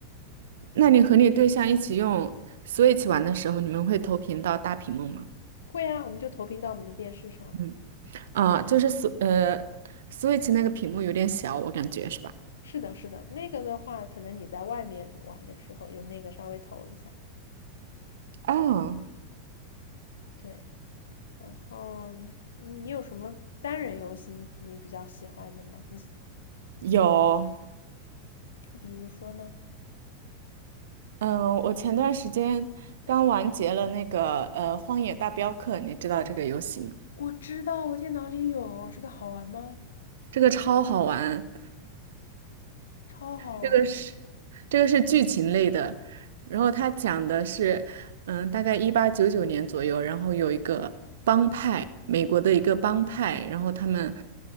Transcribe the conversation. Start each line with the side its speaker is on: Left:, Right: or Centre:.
Right: 那你和你对象一起用 Switch 玩的时候，你们会投屏到大屏幕吗？
Left: 会啊，我们就投屏到我们的电视上。
Right: 嗯，啊，就是 S 呃 Switch 那个屏幕有点小，我感觉是吧？
Left: 是的，是的，那个的话，可能你在外面玩的时候用那个稍微投一下。
Right: 啊，
Left: 对，然后嗯你有什么单人游戏你你比较喜欢的吗？你
Right: 有。
Left: 比如说呢？
Right: 嗯，我前段时间刚完结了那个呃《荒野大镖客》，你知道这个游戏吗？
Left: 我知道我电脑里有这个好玩吗？
Right: 这个超好玩，
Left: 超好玩啊！
Right: 这个是这个是剧情类的，然后它讲的是，嗯，大概一八九九年左右，然后有一个帮派，美国的一个帮派，然后他们